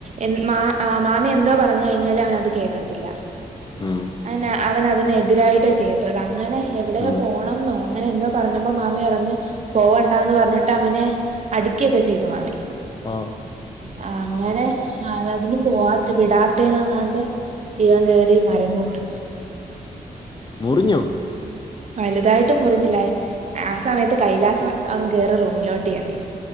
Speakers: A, on the right (about 50°); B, on the left (about 30°).
A: എൻ മാ ആ മാമി എന്തോ പറഞ്ഞ കഴിഞ്ഞാല് അവന് അത് കേക്കത്തില്ല.
B: ഉം
A: അന്നെ അവന് അതിന് എതിരായിട്ടേ ചെയ്യത്തുള്ളൂ അങ്ങനെ എവിടെയോ
B: ഉം
A: പോ ണംന്നോ അങ്ങനെ എന്തോ പറഞ്ഞപ്പ മാമി പറഞ്ഞ് പോവണ്ടാന്ന് പറഞ്ഞിട്ട് അവനെ. അടിക്ക്യൊക്കെ ചെയ്തു മാമി.
B: ഓഹ്.
A: ആ അങ്ങനെ അ അതിന് പോവാത്ത വിടാത്തേനങ്ങാണ്ട്. ഇവൻ കയറി നരമ്പ് മുറിച്ച്.
B: മുറിഞ്ഞോ.
A: വലുതായിട്ട് മുറിഞ്ഞില്ല ആ സമയത്ത് കൈലാസം അങ്ങ് കയറി റൂമിലോട്ട് ചെന്ന്.